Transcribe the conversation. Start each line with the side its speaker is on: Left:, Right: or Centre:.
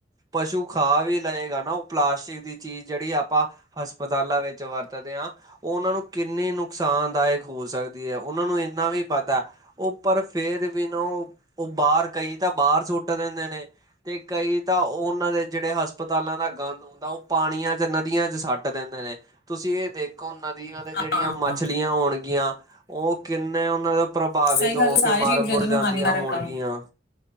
Right: ਪਸ਼ੂ ਖਾ ਵੀ ਲਏਗਾ ਨਾ, ਉਹ ਪਲਾਸਟਿਕ ਦੀ ਚੀਜ਼ ਜਿਹੜੀ ਆਪਾਂ ਹਸਪਤਾਲਾਂ ਵਿੱਚ ਵਰਤਦੇ ਆਂ। ਉਹ ਉਹਨਾਂ ਨੂੰ ਕਿੰਨੀ ਨੁਕਸਾਨਦਾਇਕ ਹੋ ਸਕਦੀ ਐ, ਉਹਨਾਂ ਨੂੰ ਇੰਨਾ ਵੀ ਪਤਾ। ਉਹ ਪਰ ਫੇਰ ਵੀ ਨਾ ਉਹ, ਉਹ ਬਾਹਰ ਕਈ ਤਾਂ ਬਾਹਰ ਸੁੱਟ ਦਿੰਦੇ ਨੇ। ਤੇ ਕਈ ਤਾਂ ਉਹ ਉਹਨਾਂ ਦੇ ਜਿਹੜੇ ਹਸਪਤਾਲਾਂ ਦਾ ਗੰਦ ਹੁੰਦਾ, ਉਹ ਪਾਣੀਆਂ ਚ ਨਦੀਆਂ ਚ ਸੱਟ ਦਿੰਦੇ ਨੇ। ਤੁਸੀਂ ਇਹ ਦੇਖੋ, ਨਦੀਆਂ ਦੇ ਜਿਹੜੀਆਂ
Left: ਹਾਂ
Right: ਮੱਛਲੀਆਂ ਹੋਣਗੀਆਂ, ਉਹ ਕਿੰਨੇ ਉਹਨਾਂ ਦਾ ਪ੍ਰਭਾਵਿਤ
Left: ਸਹੀ ਗੱਲ
Right: ਹੋ
Left: ਸਾਰੇ
Right: ਕੇ
Left: ਜੀਵ
Right: ਮਰ
Left: ਜੰਤੂ
Right: ਮੁਰ
Left: ਨੂੰ
Right: ਜਾਂਦੀਆਂ
Left: ਹਾਨੀਕਾਰਕ
Right: ਹੋਣਗੀਆਂ।
Left: ਆ